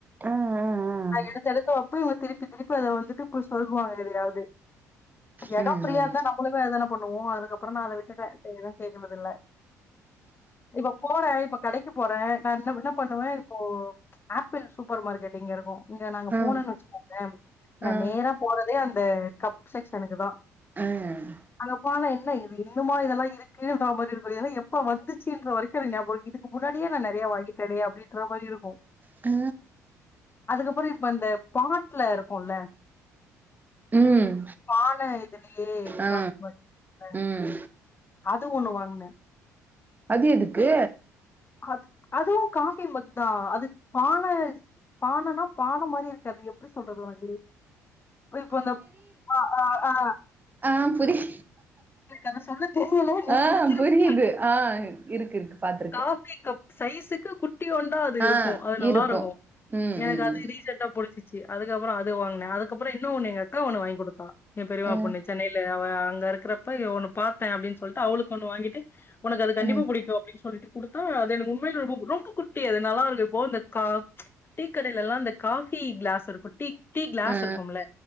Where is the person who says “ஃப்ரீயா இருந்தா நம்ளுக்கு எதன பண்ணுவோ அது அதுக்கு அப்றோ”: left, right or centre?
Left